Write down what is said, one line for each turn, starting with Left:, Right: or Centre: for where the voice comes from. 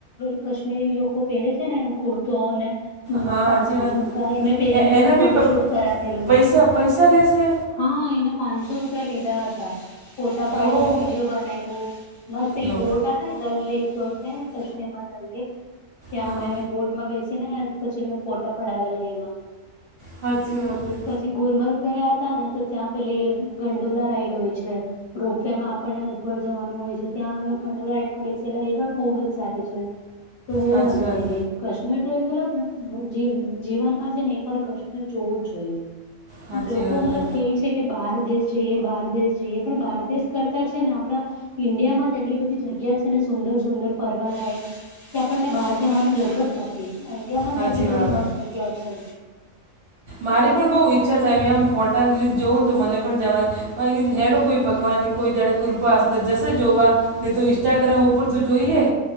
Left: કાશ્મીરી લોકો પહેરે છે ને એમુર્. તોને. મતલબ
Right: હા
Left: કાનના
Right: હાચી વાત
Left: ઝુમકા એ મેં પહેરીને પછી
Right: એના બી
Left: ફોટો
Right: પ
Left: શૂટ કરાવેલું.
Right: પૈસા પૈસા લેશે
Left: હા એના પાંચસો રૂપિયા લીધા હતા ફોટા પાડ્યા
Right: ઓહ
Left: વિડીિયો બનાવું. મસ્ એલી
Right: લો
Left: બોટ હ ને દલ લેક જોડતી ને કશ્મીરમાં દલ લેક. ત્યાં
Right: હા
Left: અમે બોટમાં બેસી ને પછી મે ફોટા પડાવેલા એમાં.
Right: સાજી હ.
Left: પછી ગુલમર્ગ ગયા હતા ને તો ત્યાં પેલી ગંડોલા રાઈડ હોય છે. રોપવેે માં આપણને ઉપર જવાનું હોય છે ત્યાં હવે ઘંડો લાઈટમાં બેસેલા એ પણ ખુબજ સારી છે. તો બોહ
Right: હાચી
Left: મજા
Right: વાત
Left: આયવી. કાશ્મીર તો એક મલબ જી જીવનમાં છે ને એક વાર કાશ્મીર જોવુંજ જોઈએ.
Right: હાચી
Left: આ લોકો
Right: વાત
Left: મતલબ
Right: હે
Left: કે છે કે બહાર દેશ જઈએ બહાર દેશ જઈએ પણ બહાર દેશ કરતાં છે ને આપડા ઈન્ડિયામાં જ એટલી બધી જગ્યા છે ને સુંદર સુંદર ફરવાલાાયક. કે આપણને બહાર જવાની જરૂરત નથી ઇન્ડિયા માં
Right: હાચી
Left: તો આટલી બધી
Right: વાત
Left: મસ્ત જગ્યા છે.
Right: મારી પણ બહુ ઈચ્છા થાય મેમ ફોટા રીસ જોઉું ને તો મને પણ જવાની. ભકી હેડો કોઈ પકવાન ન કોઈ દડ કૃપા હશે તો જશે જોવા. તો ઇન્સ્ટાગ્રામ ઉપર તો જોઈએ.